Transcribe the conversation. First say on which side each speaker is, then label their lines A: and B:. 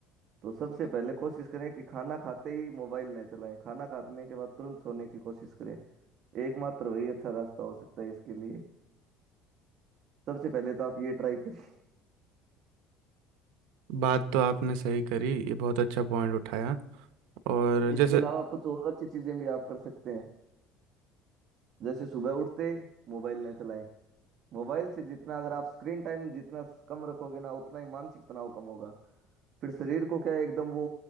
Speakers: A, on the right (about 45°); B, on the right (about 80°).
A: तो सबसे पहले कोशिश करें कि खाना खाते ही मोबाइल न चलाएं खाना खाने के बाद तुरंत सोने की कोशिश करें एकमात्र वही अच्छा रास्ता हो सकता है इसके लिए सबसे पहले तो आप ये ट्राई करिए
B: बात तो आपने सही करी ये बहुत अच्छा पॉइंट उठाया और
A: इसके
B: जैसे
A: अलावा कुछ और अच्छी चीजें भी आप कर सकते हैं जैसे सुबह उठते मोबाइल ना चलाएं मोबाइल से जितना अगर आप स्क्रीन टाइम जितना कम रखोगे ना उतना ही मानसिक तनाव कम होगा फिर शरीर को क्या है, एकदम वो